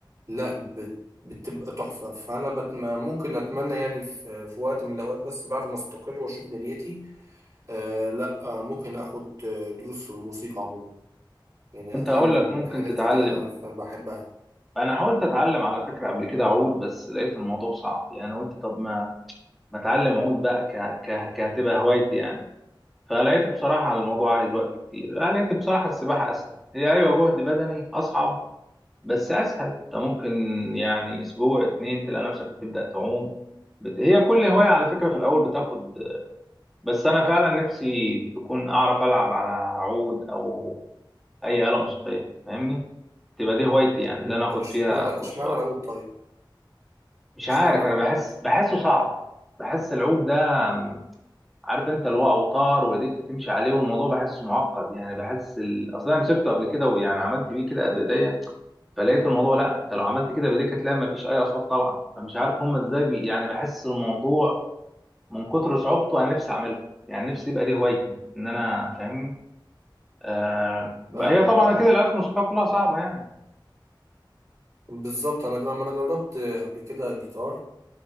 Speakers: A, on the right; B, in the centre.
A: لا بت بتبقى تحفة فأنا بتم ممكن أتمنى يعني في في وقت من الأوقات بس بعد ما أستقر وأشوف دنيتي آه لا آه ممكن اخد آه، دروس في الموسيقى عموما يعني
B: كنت
A: اتعلم
B: هقول لك ممكن
A: حاجات
B: تتعلم
A: زي كده انا ف- بحبها
B: انا حاولت اتعلم على فكره قبل كده عود بس لقيت الموضوع صعب يعني قلت طب ما ما اتعلم عود بقى ك ك كهتبقى هوايتي يعني فلقيت بصراحه الموضوع عايز وقت كتير أنا لقيت بصراحه السباحه اسهل هي ايوه جهد بدني اصعب بس اسهل انت ممكن يعني اسبوع اتنين تلاقي نفسك بتبدا تعوم بت... هي كل هوايه على فكره في الاول بتاخد بس انا فعلا نفسي تكون اعرف العب على عود او اي آلة موسيقية فاهمني تبقى دي هوايتي يعني
A: مم.
B: اللي انا
A: طب
B: اخد
A: اشمعنى
B: فيها كورسات
A: اشمعنى العود طيب
B: مش
A: اشمعنى
B: عارف
A: العود
B: انا بحس بحسه صعب بحس العود ده م، عارف انت اللي هو اوتار وايديك بتمشي عليه والموضوع بحسه معقد يعني بحس ال... اصلا انا مسكته قبل كده ويعني عملت بيه كده بايديا فلقيت الموضوع لا انت لو عملت كده بايديك هتلاقي مفيش اي اصوات طالعه فمش عارف هم ازاي بي... يعني بحس الموضوع من كتر صعوبته انا نفسي اعمله يعني نفسي يبقى دي هوايتي ان انا فاهمني آه... بقى
A: فاهمك
B: هي طبعا
A: اه
B: كده الالات الموسيقيه كلها صعبه يعني
A: بالظبط انا جر- ما انا جربت آه، قبل كده الجيتار